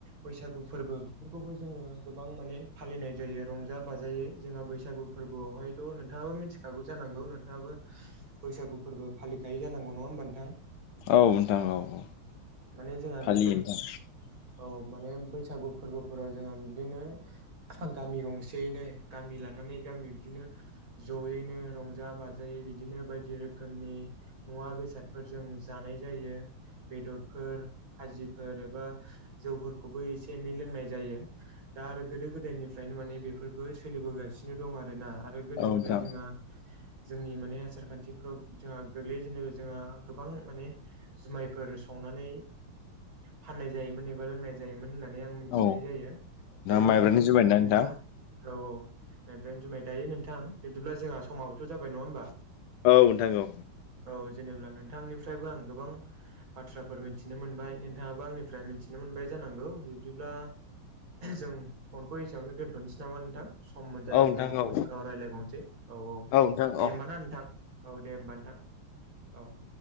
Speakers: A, on the right (about 65°); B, on the left (about 80°).
A: बैसागु फोरबो बेफोरखौबो जोङो गोबां माने फालिनाय जायो रंजा बाजायै जोंहा बैसागु फोरबोआवहायथ' नोंथाङाबो मिथिगौ खागु जानांगौ नोंथाङाबो बैसागु फोरबो फालिखायोै जानांगौ नङा होमबा नोंथां
B: औ नोंथां औ औ
A: माने जोंहा
B: फालियो
A: बेफोर
B: नोंथां
A: औ माने बैसागु फोरबो फोराव जोंहा बिबदिनो गामि गंसेैनो गामि लानानै गामि बिदिनो जयैनो रंजा बाजायै बिदिनो बायदि रोखोमनि मुवा बेसादफोरजों जानाय जायो बेदरफोर खाजिफोर एबा जौफोरखौबो एसे एनै लोंनाय जायो दा आरो गोदो गोदायनिफ्रायनो माने बेफोरबो सोलिबोगासिनो दं आर ना आरो गोदो
B: औ नोंथां
A: गोदाय जोंहा जोंनि माने आसार खान्थिफोराव जोंहा गोग्लै जेननो जोंहा गोबां माने जुमायफोर सनानै फाननाय जायोमोन एबा लोंनाय जायोमोन होननानै आं मिथिनाय
B: औ
A: जायो ओइ
B: माइब्रानि
A: नोंथां
B: जुमाय
A: बिदिब्ला
B: ना नोंथां
A: औ औ माइब्रायानो जुमाय दायो नोंथां बिदिब्ला जोंहा समाबोथ' जाबाय नङा होमबा
B: औ नोंथां औ
A: औ जेनेबा नोंथांनिफ्रायबो आं गोबां बाथ्राफोर मिथिनो मोनबाय नोंथाङाबो आंनिफ्राय मिथिनो मोनबाय ज बिदिब्ला जों फनखौ एसेयावनो दोनथ'नोसै नामा नोंथां सम मोनजायोब्ला
B: औ नोंथां औ
A: उनफोराव राय्लायबावनोसै औ औ
B: नोंथां औ
A: दे होमबा ना नोंथां औ दे होमबा नोंथां औ <inaudible>